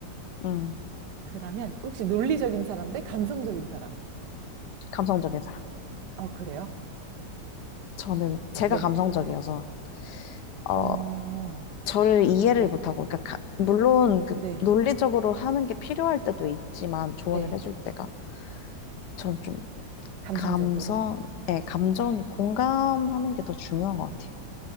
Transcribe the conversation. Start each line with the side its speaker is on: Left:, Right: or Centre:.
Left: 음,
Right: 그러면 혹시 논리적인 사람 대 감성적인 사람?
Left: 감성적인 사람.
Right: 어, 그래요?
Left: 저는 제가
Right: 네.
Left: 감성적이어서, 어,
Right: 어,
Left: 저를 이해를
Right: 네.
Left: 못하고, 그러니까, 가- 물론 그
Right: 네.
Left: 논리적으로 하는 게 필요할 때도 있지만, 조언을
Right: 네.
Left: 해줄 때가, 저는 좀
Right: 감성적으로.
Left: 감성, 예, 감정이 공감하는 게 더 중요한 것 같아요.